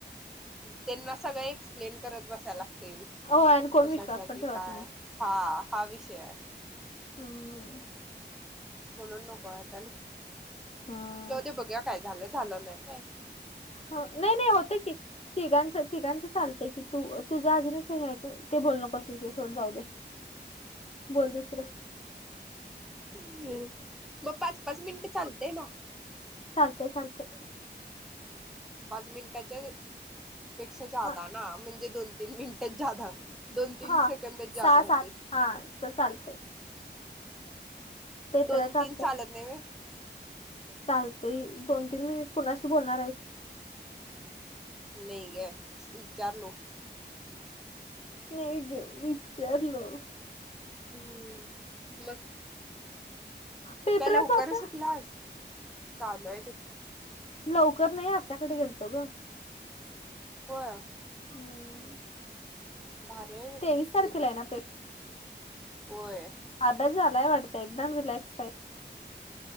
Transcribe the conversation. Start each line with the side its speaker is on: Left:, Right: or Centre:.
Centre: त्यांना सगळ एक्सप्लेन करत बसायला लागते
Left: हो आणि कोण
Centre: कशासाठी
Left: विश्वास पण ठेवत
Centre: काय
Left: नाही.
Centre: हा हा विषय आहे.
Left: हं <inaudible>
Centre: म्हणून नको वाटले
Left: हम्म
Centre: जाऊ ते बघया काय झालं झालं नाही नाही.
Left: ह नाही नाही होतय की तिघांच तिघांचं चालतय किी तुझं अजून काही आहे ते बोल नकस. विषय सोड जाऊ दे बोलतेसर
Centre: मग पाच पाच मिनिट चालते ना?
Left: चालतय चालतय.
Centre: पाच मिनिटांच्या पेक्षा जादा
Left: हा
Centre: ना म्हणजे दोन तीन मिनिट जादा दोन तीन
Left: हा
Centre: सेकंदच जादा
Left: सहा
Centre: होते.
Left: सात हा अस चालतंय. पेपरचा
Centre: दोन तीन
Left: अभ्यास.
Centre: चालत नाही व्हय
Left: चालतय दोन तीन मिनिट कुणाशी बोलणार आहेस?
Centre: नाही ग विचारलो.
Left: नाही ग मी विचारलो.
Centre: हम्म मग
Left: पेपरच
Centre: काय उकरच
Left: होता
Centre: सुटल आज चालूय भी.
Left: लवकर नाही आत्याकडे गेलतो ग.
Centre: <unintelligible>
Left: हम्म
Centre: भार
Left: तेवीस तारखेला
Centre: तुझं
Left: आहे ना
Centre: होय
Left: अभजलाय वाटतय एकदम रिलॅक्स रा
Centre: अम्छा